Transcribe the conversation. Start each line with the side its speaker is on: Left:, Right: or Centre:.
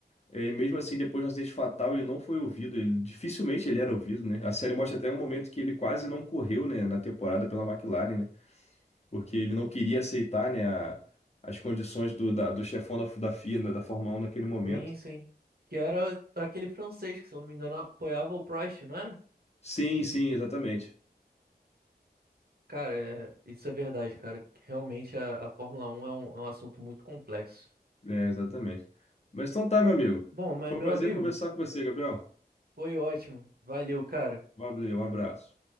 Left: É, e mesmo assim, depois do acidente fatal, ele não foi ouvido. Ele, dificilmente ele era ouvido, né? A série mostra até um momento que ele quase não correu, né, na temporada pela McLaren, né? porque ele não queria aceitar, né, a- as condições do, da- do chefão da, da FIA, da da Fórmula 1 naquele momento.
Right: Sim, sim. Que era aquele francês que, se eu não me engano, apoiava o Prost, não era?
Left: Sim, sim, exatamente.
Right: Cara, é- isso é verdade, cara. Realmente a, a Fórmula 1 é um, é um assunto muito complexo.
Left: É, exatamente. Mas então tá, meu amigo.
Right: Bom, mas
Left: Foi
Right: meu
Left: um prazer
Right: amigo,
Left: conversar com você, Gabriel.
Right: foi ótimo. Valeu, cara.
Left: Valeu, um abraço.